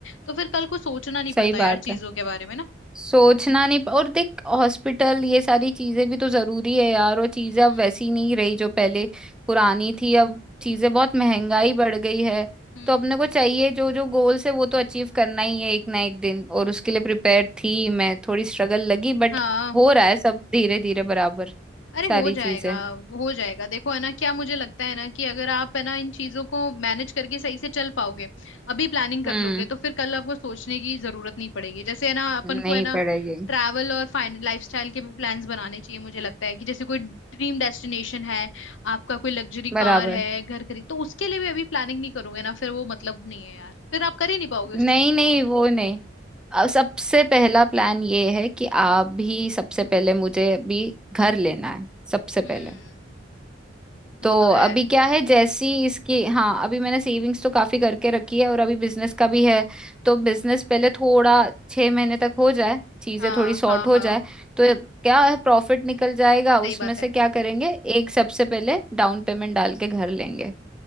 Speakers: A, on the left; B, in the centre.
A: तो फिर कल को सोचना नहीं पड़ता
B: सही बात
A: यार चीजों
B: है
A: के बारे में ना
B: सोचना नहीं और देख हॉस्पिटल ये सारी चीजें भी तो जरूरी है यार वो चीजें
A: हम्म
B: अब वैसी नहीं रही जो पहले पुरानी थी अब चीजें बहुत महंगाई बढ़ गई है
A: हम्म
B: तो अपने को चाहिए जो जो गोल्स है वो तो अचीव करना ही है एक ना एक दिन और उसके लिए प्रिपेयर थी मैं थोड़ी स्ट्रगल लगी बट
A: हाँ
B: हो रहा है सब धीरे धीरे बराबर
A: अरे
B: सारी
A: हो जाएगा
B: चीजें
A: हो जाएगा देखो है ना क्या मुझे लगता है ना कि अगर आप है ना इन चीजों को मैनेज करके सही से चल पाओगे अभी प्लानिंग कर
B: हम्म
A: लोगे तो फिर कल आपको सोचने की जरूरत नहीं पड़ेगी जैसे है ना अपन
B: नहीं
A: को है ना
B: पड़ेगी
A: ट्रैवल और फाइन लाइफस्टाइल के भी प्लान्स बनाने चाहिए मुझे लगता है कि जैसे कोई ड्रीम डेस्टिनेशन है आपका कोई लग्जरी
B: बराबर
A: कार है घर खरीद तो उसके लिए भी अभी प्लानिंग नहीं करोगे ना फिर वो मतलब नहीं है यार फिर आप कर ही नहीं पाओगे उस
B: नहीं
A: चीज को
B: नहीं वो नहीं अब सबसे पहला प्लान ये है कि
A: हम्म
B: आप भी सबसे पहले मुझे अभी घर लेना है सबसे पहले
A: हम्म
B: तो
A: वो तो है
B: अभी क्या है जैसी इसकी हाँ अभी मैंने सेविंग्स तो काफी करके रखी है और अभी बिजनेस का भी है तो बिजनेस पहले थोड़ा छह महीने तक हो जाए चीजें
A: हाँ
B: थोड़ी सॉर्ट
A: हाँ
B: हो
A: हाँ
B: जाए तो क्या है प्रॉफिट निकल जाएगा उसमें
A: सही बात
B: से
A: है
B: क्या करेंगे एक सबसे पहले डाउन पेमेंट डाल के घर लेंगे